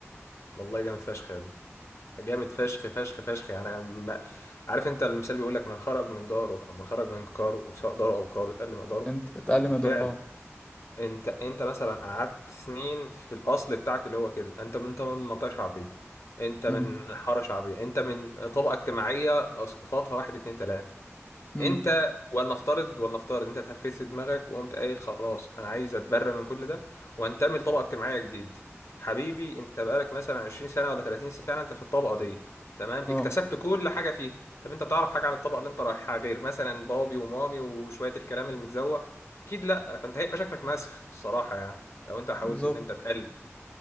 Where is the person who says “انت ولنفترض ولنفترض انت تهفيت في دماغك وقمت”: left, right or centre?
Left